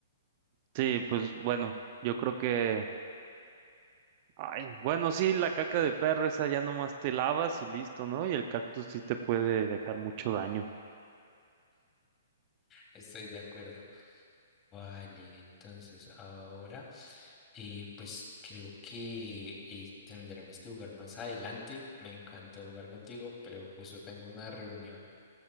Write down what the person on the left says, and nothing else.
Estoy de acuerdo. Vale, entonces ahora eh, pues creo que eh, tendremos que jugar más adelante. Me encantó jugar contigo, pero justo tengo una reunión.